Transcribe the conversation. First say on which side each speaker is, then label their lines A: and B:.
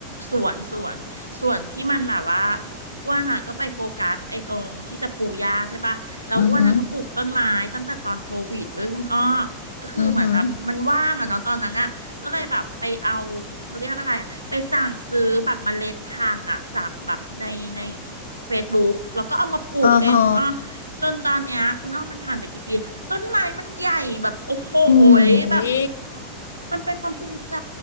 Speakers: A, on the right (about 85°); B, on the left (about 70°).
A: สวนสวนส่วนที่มันแบบว่า อ้วนอ่ะก็ไปโฟกัสไอ้ตรงที่จะปลูกหญ้าใช่ปะแล้วอ้วนอ่ะก็ปลูกต้นไม้ตั้งแต่ตอนโควิดเว้ยคุณอ้อ
B: อือหือ
A: ก็คือเหมือนแบบมันว่างอะเนาะตอนนั้นอ่ะก็เลยแบบไปเอา
B: อือหือ
A: เขาเรียกอะไรอะไปสั่งซื้อแบบเมล็ดพันธุ์อ่ะจากแบบในใน Facebook แล้วก็เอามาปลูกเองคุณอ้อ
B: อ๋อฮะ
A: จนตอนเนี้ยคุณอ้อมันผ่านไปกี่ปีต้นไม้มันใหญ่แบบโอ้โห
B: อืมอุ้ย
A: ยแบบมันเป็นความภูมิใจ